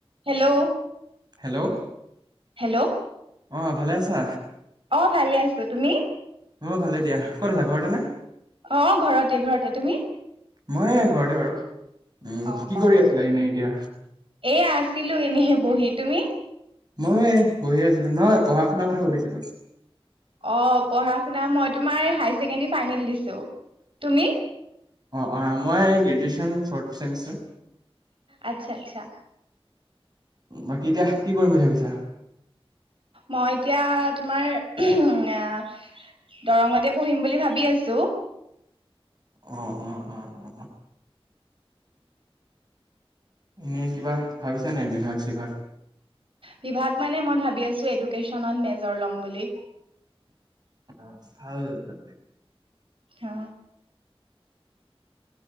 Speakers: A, on the right (about 60°); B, on the right (about 40°).
A: Hello?
B: Hello
A: hello
B: অ ভালে আছা?
A: অ ভালে আছো, তুমি?
B: অ ভালে দিয়া, ক'ত আছা ঘৰতে না?
A: অ ঘৰতে, ঘৰতে, তুমি?
B: মই ঘৰতে বাৰু। উম
A: অ
B: কি
A: অ
B: কৰি আছিলা এনেই এতিয়া?
A: এয়া আছিলো এনেই বহি তুমি
B: মই বহি আছিলো, নহয় পঢ়া-শুনাৰ কথা সুধিছিলো।
A: অ পঢ়া-শুনা মই তোমাৰ হাই ছেকেণ্ডী ফাইনেল দিছো। তুমি?
B: অ, অ, মই গ্ৰেজুৱেশ্যন ফৰ্থ ছেমিষ্টাৰ।
A: আচ্ছা - আচ্ছা।
B: বাকী এতিয়া কি কৰিম বুলি ভাবিছা?
A: মই এতিয়া তোমাৰ <unintelligible> দৰঙতে পঢ়িম বুলি ভাবি আছো।
B: অ' অ' অ' অ' অ'। এনেই কিবা ভাবিছা নাই বিভাগ-চিভাগ।
A: বিভাগ মানে মই ভাবি আছো এডুকেশচনত মেজৰ ল'ম বুলি।
B: অ' ভাল তাতে।
A: অ